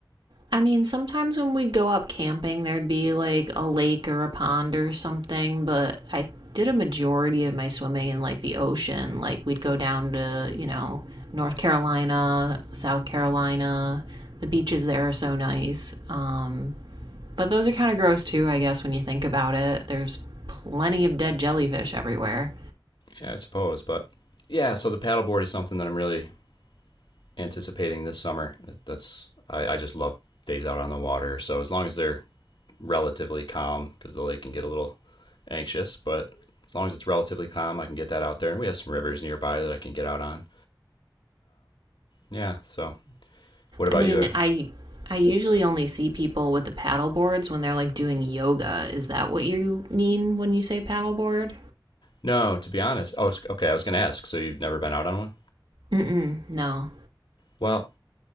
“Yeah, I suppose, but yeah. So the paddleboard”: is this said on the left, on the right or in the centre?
Left